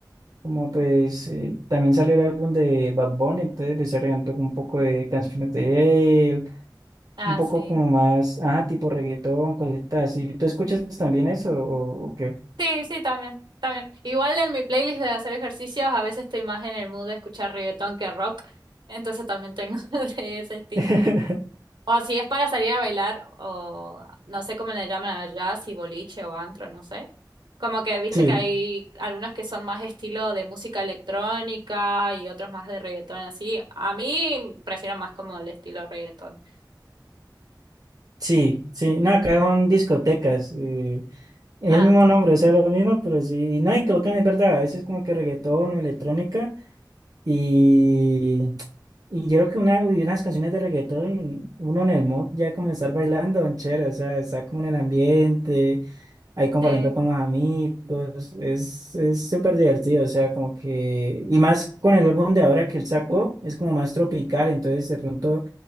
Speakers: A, on the right (about 55°); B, on the right (about 80°).
A: Como pues eh, también salió el álbum de Bad Bunny, entonces le estoy regando un poco de canciones de él,
B: Ah,
A: un poco
B: sí.
A: como más, ajá, tipo reggaetón, cositas así. ¿Tú escuchas también eso o, o qué?
B: Sí, sí, también, también. Igual en mi playlist de hacer ejercicios, a veces estoy más en el mood de escuchar reggaetón que rock. Entonces también tengo <laughs> de ese estilo.
A: <laughs>
B: O si es para salir a bailar, o no sé cómo le llaman allá, si boliche o antro, no sé. Como que viste
A: Sí,
B: que hay algunos que son más estilo de música electrónica y otros más de reggaetón, así. A mí prefiero más como el estilo reggaetón.
A: sí, sí. No, acá son discotecas. eh, es
B: Ah,
A: el mismo nombre, o sea, lo mismo, pero sí. No, y creo que es verdad, a veces como que reggaetón o electrónica. Y, y yo creo que una, uy, unas canciones de reggaetón, uno en el mod ya como estar bailando, don chévere, o sea, está como en el ambiente. ahí compartiendo
B: sí,
A: con los amigos, es, es súper divertido, o sea, como que, y más con el álbum de ahora que él sacó, es como más tropical, entonces de pronto